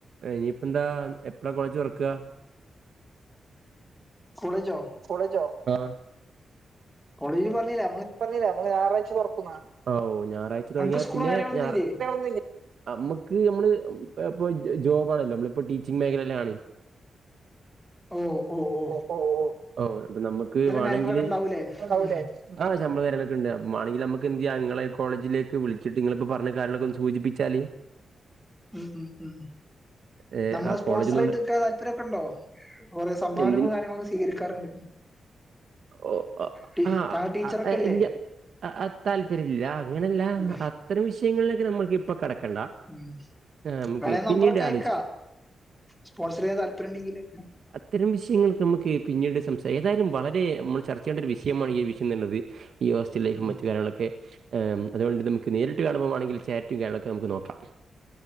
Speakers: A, on the right; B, in the centre.
A: ഇനിയിപ്പെന്താ എപ്പളാ കോളേജൊറ്ക്കാ
B: കോളേജോ
A: കോളേജോ ആഹ്
B: കോളേജിൽ പറഞ്ഞീലെ
A: പറഞ്ഞില്ലേ കോളേജ് ഞായറാഴിച തൊറക്കുന്ന് ആഹ് ഓഹ് ഞായറാഴ്ച തൊടങ്ങിയാ
B: അനക്ക് സ്കൂളും
A: പിന്നെ
B: കാര്യങ്ങളൊന്നും
A: ഞാറ
B: ഇല്ലേ
A: <unintelligible> അമ്മക്ക് അമ്മള് പേ പോ ജോ ജോബാണല്ലോ അമ്മളിപ്പോ ടീച്ചിങ് മേഖലേലാണ്
B: ഓഹ് ഓഹ്
A: ഓഹ് ഓഹ് ആഹ് ഇപ്പോ നമ്മക്ക് വാണെങ്കില്
B: കാര്യങ്ങളൊക്കെ ഉണ്ടാവൂലേ
A: <unintelligible> ഇണ്ടാവൂല്ലെ
B: ഉം
A: ആഹ് ശമ്പളം കാര്യങ്ങളൊക്കെണ്ട് അപ്പ മാണെങ്കില് അമ്മക്ക് എന്തെയ്യാ ഇങ്ങളെ കോളജിലേക്ക് വിള്ച്ചിട്ട് ഇങ്ങള്പ്പോ പറ്ഞ്ഞ കാര്യങ്ങളൊക്കൊന്ന് സൂചിപ്പിച്ചാല്
B: ഉം ഉം ഉം
A: ഏ
B: നമ്മളെ
A: ആ
B: സ്പോൺസറായിട്ട്
A: കോളേജിന്നോട്
B: നിക്കാൻ താല്പര്യംക്കെണ്ടോ കൊറേ സംഭാവനകളും
A: എന്തിന്
B: കാര്യങ്ങളൊക്കെ സ്വീകരിക്കാറുണ്ട്
A: ഓഹ് ആഹ്
B: ടീ
A: ആഹ്
B: താങ്കൾ ടീച്ചറൊക്കെ
A: ആഹ് ഏഹ്
B: അല്ലേ
A: ഇല്ല്യാ ആഹ് ആഹ് താല്പര്യല്ല അങ്ങനല്ലാ
B: ഉം
A: ഇന്നാ അത്തരം വിഷയങ്ങള്ലേക്ക് നമ്മള്ക്ക് ഇപ്പം കടക്കണ്ട
B: ഉം
A: നമുക്ക്
B: വേണെ
A: പിന്നീട്
B: നമ്പറൊക്കെ അയക്കാ
A: ആലോചിക്കാം
B: സ്പോൺസറെയ്യാൻ താല്പര്യണ്ടെങ്കില്
A: ത്തരം വിഷയങ്ങൾക്ക് അമ്മക്കെ പിന്നീട് സംസാരി ഏതാലും വളരെ അമ്മൾ ചർച്ച ചെയ്യേണ്ട ഒരു വിഷയമാണ് ഈ വിഷയെന്നത് ഈ ഹോസ്റ്റല് ലൈഫും
B: ഉം
A: മറ്റ് കാര്യങ്ങളൊക്കെ ഏഹ് ഉം അതുകൊണ്ട് നമുക്ക് നേരിട്ട് കാണുമ്പോമാണെങ്കില് ചാറ്റും കാര്യങ്ങളൊക്കെ നമുക്ക് നോ <unintelligible>